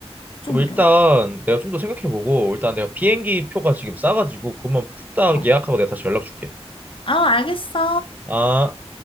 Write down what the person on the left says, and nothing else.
좀
어려워.
어.
아, 알겠어.